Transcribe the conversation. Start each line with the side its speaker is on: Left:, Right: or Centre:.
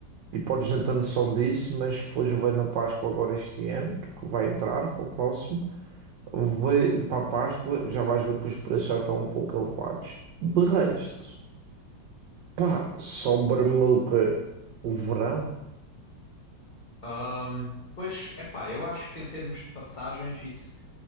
Right: E podes não ter noção disso, mas se fores ver na Páscoa agora este ano, que vai entrar para o próximo. Vai para a Páscoa, já vais ver que os preços já estão um pouco elevados. De resto, pá, sobra-me o quê? O verão?
Left: Ahm, pois, epá, eu acho que em termos de passagens, isso,